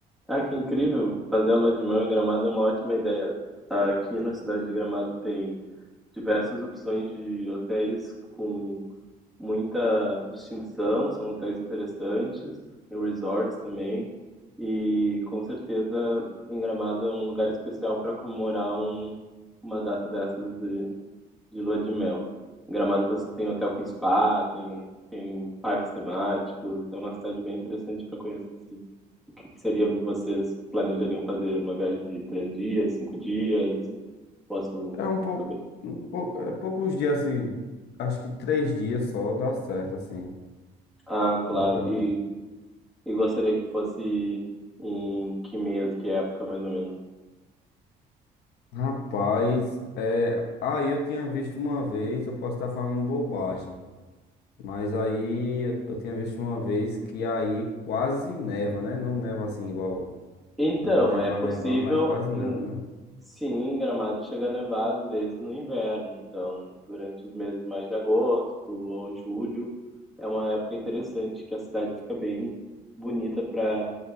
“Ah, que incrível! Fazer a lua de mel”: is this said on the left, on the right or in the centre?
Centre